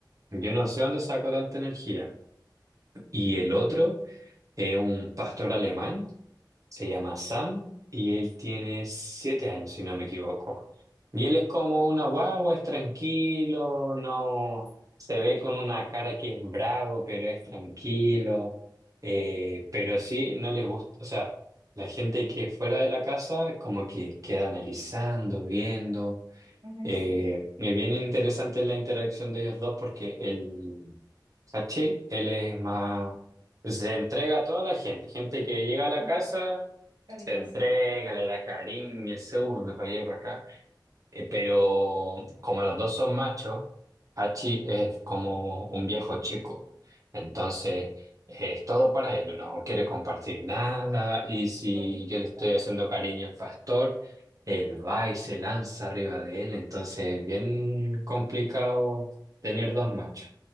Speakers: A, on the right; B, on the right.
A: yo no sé dónde sacó tanta energía. Y el otro es un pastor alemán Se llama Sam y él tiene siete años, si no me equivoco. Y él es como una guagua, es tranquilo, no se ve con una cara que es bravo, pero es tranquilo. Eh, pero sí, no le gusta, o sea, la gente que fuera de la casa como que queda analizando, viendo.
B: Ujú.
A: Eh, es bien interesante la interacción de ellos dos porque el ¿Cachai? Él es más... pues, Se entrega a toda la gente, gente que llega a la
B: Ah,
A: casa,
B: Cariñoso.
A: se entrega, le da cariño, se sube para allá y para acá. Eh, pero como los dos son machos, Hachi es como un viejo chico. Entonces, eh, es todo para él, no quiere compartir nada. Y si
B: egoísta.
A: yo le estoy haciendo cariño al pastor, él va y se lanza arriba de él. Entonces, es bien complicado tener dos machos.